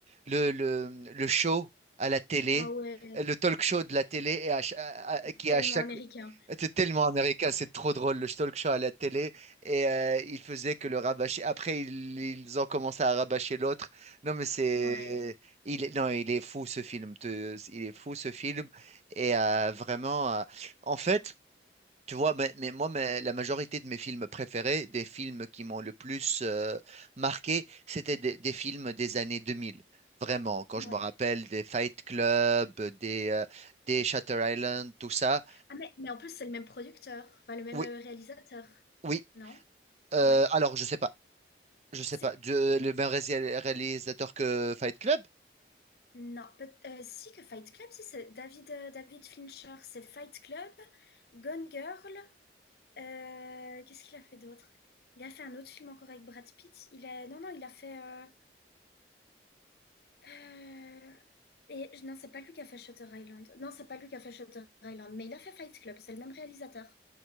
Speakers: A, on the right; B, on the left.
A: le, le, mmh, le show à la télé,
B: Ah ouais,
A: euh, le talk show de la télé, et à ch- à- à- qui
B: tellement
A: à chaque...
B: américain.
A: C'est tellement américain, c'est trop drôle, le talk show à la télé, et euh, il faisait que le rabâcher. Après, ils, ils ont commencé à rabâcher l'autre. Non, mais c'est...
B: Ouais,
A: Il est, non, il est fou ce film. te- il est fou ce film. Et euh, vraiment, euh, en fait, tu vois, mais, mais moi, mais la majorité de mes films préférés, des films qui m'ont le plus euh, marqué, c'était des, des films des années 2000. Vraiment, quand
B: ouais.
A: je me rappelle des Fight Club, des, euh, des Shutter Island, tout ça.
B: Ah, mais, mais en plus, c'est le même producteur, enfin, le même
A: Oui,
B: euh, réalisateur,
A: oui.
B: non?
A: euh,
B: Ouais.
A: alors, je sais pas. Je sais
B: Si,
A: pas. De- le même ré- réalisateur que Fight Club?
B: non, peut- euh, si que Fight Club, si c'est David, euh, David Fincher, c'est Fight Club, Gone Girl. Euh, qu'est-ce qu'il a fait d'autre? Il a fait un autre film encore avec Brad Pitt. Il a... Non, non, il a fait... euh, euh, Et non, c'est pas lui qui a fait Shutter Island. Non, c'est pas lui qui a fait Shutter Island, mais il a fait Fight Club. C'est le même réalisateur.